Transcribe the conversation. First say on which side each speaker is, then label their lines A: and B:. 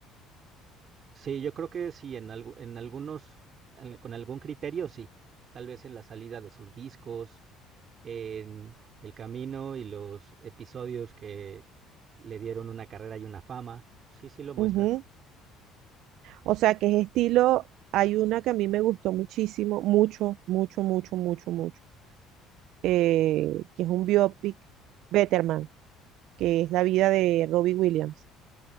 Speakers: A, on the right (about 45°); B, on the right (about 70°).
A: Sí, yo creo que sí, en, algu- en algunos, en- con algún criterio sí. Tal vez en la salida de sus discos, en el camino y los episodios que le dieron una carrera y una fama. Sí, sí lo muestra.
B: Ujú, O sea, que es estilo, hay una que a mí me gustó muchísimo, mucho, mucho, mucho, mucho, mucho, eh, que es un biopic, Betterman, que es la vida de Robbie Williams.